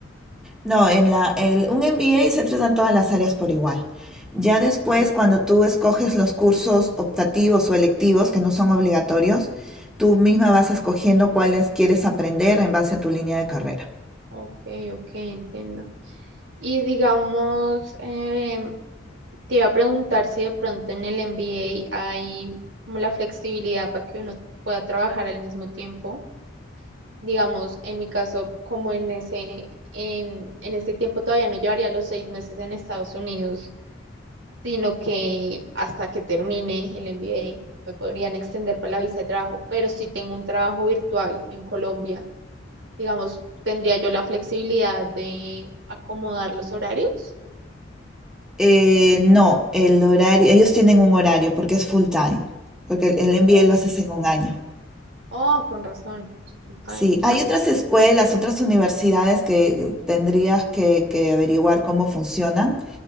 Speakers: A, in the centre; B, on the right.
A: No, en la, el- un MBA se tratan todas las áreas por igual. Ya
B: O-
A: después, cuando tú escoges los cursos optativos o electivos, que no son obligatorios, tú misma vas escogiendo cuáles quieres aprender en base a tu línea de carrera.
B: ok, ok, entiendo. Y digamos, em, te iba a preguntar si de pronto en el MBA hay como la flexibilidad para que uno pueda trabajar al mismo tiempo. Digamos, en mi caso, como en ese, en, en este tiempo todavía no llevaría los seis meses en Estados Unidos, sino que hasta que termine el MBA me podrían extender para la visa de trabajo, pero si tengo un trabajo virtual en Colombia, digamos, tendría yo la flexibilidad de acomodar los horarios.
A: Eh, no, el horario, ellos tienen un horario porque es full time, porque el, el MBA
B: Ok.
A: lo haces en un año.
B: Oh, con razón. Time.
A: Sí, hay otras escuelas, otras universidades que tendrías que, que averiguar cómo funcionan.